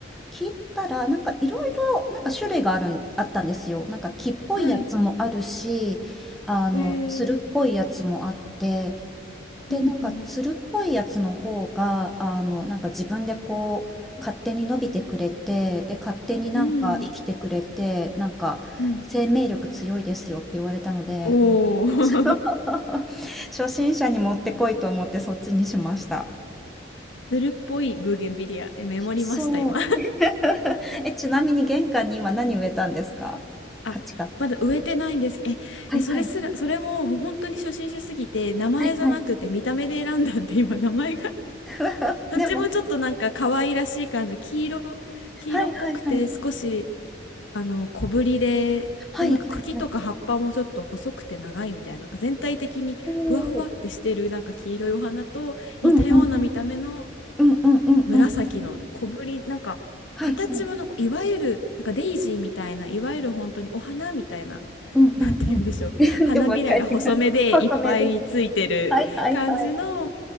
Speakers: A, in the centre; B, on the left (about 75°).
A: 切ったら、なんかいろいろ、なんか種類があるん、あったんですよ。なんか木っぽいやつもあるし、
B: はい。
A: あの、
B: えー。
A: つるっぽいやつもあって、で、
B: うんうん。
A: なんか、つるっぽいやつの方が、あの、なんか自分でこう、勝手に伸びてくれて、で、勝手になんか生きてくれて、
B: うん。
A: なんか、
B: うん。
A: 生命力強いですよって言われたので、
B: おー。
A: うん <laughs>
B: <laughs>
A: 初心者にもってこいと思ってそっちにしました。
B: するっぽいブーゲンビリア。え、メモりました、
A: そう。
B: 今。
A: え、ちなみに玄関に今何植えたんですか鉢か。
B: あ、まだ植えてないんです。え、
A: はいはい。
B: え、それすら、それももう本当に初心者すぎて、名前じゃなくて見た目で選んだんで、
A: はいはい。
B: 今名前が <laughs>
A: <laughs>
B: どっちもちょっとなんか可愛らしい感じ、
A: でも、
B: 黄色、黄色っぽくて少し、
A: はいはいはい。
B: あの、小ぶりで、
A: はいはいはい。
B: でもなんか茎とか葉っぱもちょっと細くて長いみたいな、なんか全体的にふわふわってしてるなんか黄色いお花と似たような見た目の
A: おお。うんうん。うんうんうんうん。
B: 紫の小ぶり、なんか形はの、
A: はいはい。
B: いわゆるなんかデイジーみたいな、いわゆる本当にお花みたいな、<laughs>
A: うんうんうん。
B: なんて言うんでしょう。
A: <laughs>
B: 花びらが細めでいっぱいついてる感じの、
A: でもわかります。細めで。はいはいはい。